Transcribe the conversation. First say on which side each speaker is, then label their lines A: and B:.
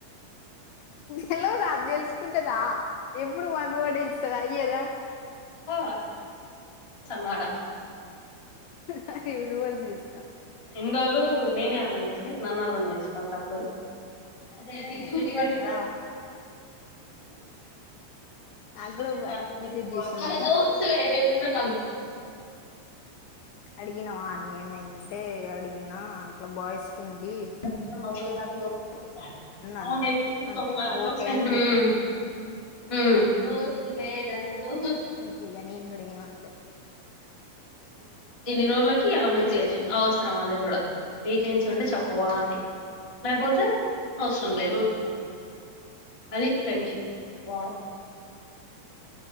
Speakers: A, on the left; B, on the left.
A: తెెలవదా తెలుసుకుంటదా ఎప్పుడు వన్ వర్డ్ ఏ ఇస్తదా ఈయధ
B: ఓ అనమాట
A: హహ ఇడుంవల్ జ్యూస్
B: ఇన్ని రోజులు నేనే అర్థం చేసుకున్న ఇప్పుడు నన్ను అర్థం చేసుకోవాలి తప్పదు ఇంది
A: అయ్యయ్యో నాకు
B: ఆ <unintelligible>
A: కూడా మెసేజ్ చేసింది ఇందాకడ అడిగిన ఆని ఏమైనా అంటే అడిగినా అట్లా బాయ్సకు. ఉంది
B: హు
A: అన్నారు అంటే ఓకే అని పెట్టింది
B: ల దోస్త్ మేరా దోస్త్
A: అంతే ఇక నేను కూడా ఏమనలే
B: ఎన్ని రోజులకి ఇలా మెసేజ్ అవసరం అది కూడా వేకెన్సీ ఉంటే చెప్పవా అని లేకపోతే అవసరం లేదు అది ఫ్రెండ్షిప్ వావ్